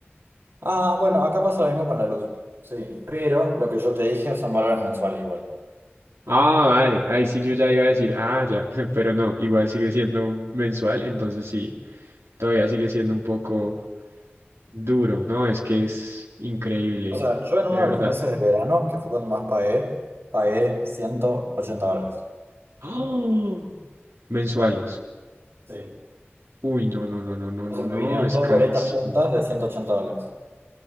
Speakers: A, on the right (about 65°); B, on the right (about 85°).
A: Ah, bueno, acá pasa lo mismo con la luz. Sí, pero lo que yo te dije son valores mensuales igual.
B: Ah, vale, ahí sí yo ya iba a decir, ah, ya, <laughs> pero no, igual sigue siendo mensual, entonces sí, todavía sigue siendo un poco duro, ¿no? Es que es increíble,
A: O sea, yo en uno
B: de verdad.
A: de los meses de verano, que fue cuando más pagué, pagué 180 dólares.
B: ¡Oh! Mensuales.
A: Sí.
B: Uy, no, no, no, no, no, no,
A: O sea,
B: no,
A: me vinieron
B: es
A: dos
B: carísimo.
A: boletas juntas de 180 dólares.